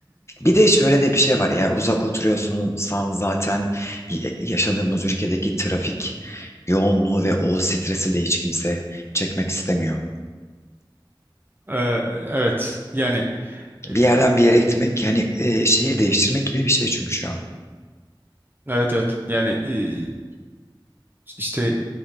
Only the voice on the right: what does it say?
Ee, evet yani e,
evet evet yani e, İşte